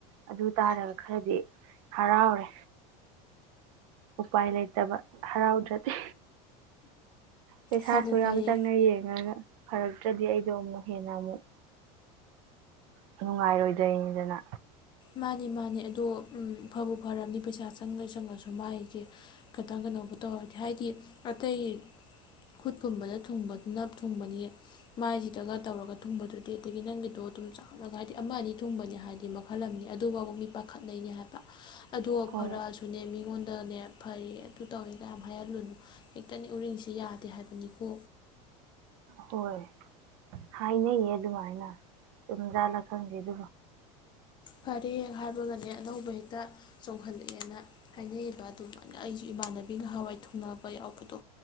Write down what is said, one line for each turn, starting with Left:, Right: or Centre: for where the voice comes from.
Right: ꯑꯗꯨ ꯇꯥꯔꯒ ꯈꯔꯗꯤ ꯍꯔꯥꯎꯔꯦ ꯎꯄꯥꯏ ꯂꯩꯇꯕ ꯍꯔꯥꯎꯗ꯭ꯔꯗꯤ ꯄꯩꯁꯥꯁꯨ
Left: ꯐꯕꯨ
Right: ꯌꯥꯝ
Left: ꯐꯔꯦ
Right: ꯆꯪꯅ ꯌꯦꯡꯉꯒ ꯐꯔꯛꯇ꯭ꯔꯗꯤ ꯑꯩꯗꯣ ꯑꯃꯨꯛ ꯍꯦꯟꯅ ꯑꯃꯨꯛ ꯅꯨꯡꯉꯥꯏꯔꯣꯏꯗꯣꯏꯅꯤꯗꯅ
Left: ꯃꯥꯅꯦ ꯃꯥꯅꯦ ꯑꯗꯣ ꯐꯕꯨ ꯐꯔꯕꯅꯤ ꯄꯩꯁꯥ ꯆꯪꯉ ꯆꯪꯉꯁꯨ ꯃꯥꯏꯁꯦ ꯈꯤꯇꯪꯒꯅꯧꯕ ꯇꯧꯔꯗꯤ ꯍꯥꯏꯗꯤ ꯑꯇꯩ ꯈꯨꯠꯀꯨꯝꯕꯗ ꯊꯨꯡꯕꯗꯨꯅ ꯊꯨꯡꯕꯅꯤ ꯃꯥꯏꯁꯤꯗꯒ ꯇꯧꯔꯒ ꯊꯨꯡꯕꯗꯨꯗꯤ ꯑꯗꯒꯤ ꯅꯪꯒꯤꯗꯣ ꯑꯗꯨꯝ ꯆꯥꯂꯒ ꯍꯥꯏꯗꯤ ꯑꯃ ꯑꯅꯤ ꯊꯨꯡꯕꯅꯤ ꯍꯥꯏꯕꯗꯤ ꯃꯈ ꯀꯍꯜꯂꯝꯅꯤ ꯑꯗꯨꯐꯕ ꯃꯤ ꯄꯥꯈꯠꯅꯩꯅꯤ ꯍꯥꯏꯕ ꯑꯗ
Right: ꯍꯣꯏ
Left: ꯐꯔꯥꯁꯨꯅꯦ ꯃꯤꯉꯣꯟ ꯇꯅꯦ ꯐꯔ ꯑꯗꯨ ꯇꯧꯋꯦ ꯀꯌꯥꯝ ꯍꯥꯏꯍꯜꯂꯨꯅꯣ ꯍꯦꯛꯇꯅꯦ ꯎꯔꯤꯡꯁꯤ ꯌꯥꯗꯦ ꯍꯥꯏꯕꯅꯤꯀꯣ
Right: ꯍꯣꯏ ꯍꯥꯏꯅꯩꯌꯦ ꯑꯗꯨꯃꯥꯏꯅ ꯁꯨꯝꯖꯥꯜꯂ ꯈꯪꯗꯦ ꯑꯗꯨꯕꯨ
Left: ꯐꯔꯦ ꯍꯥꯏꯕꯒꯅꯦ ꯑꯅꯧꯕ ꯍꯦꯛꯇ ꯆꯣꯡꯈꯠꯂꯛꯑꯦꯅ ꯍꯥꯏꯅꯩꯌꯦꯕ ꯑꯗꯨꯃꯥꯏꯅ ꯑꯩꯁꯨ ꯏꯃꯥꯟꯅꯕꯤꯒ ꯍꯋꯥꯏ ꯊꯨꯡꯅꯕ ꯌꯥꯎꯕꯗꯣ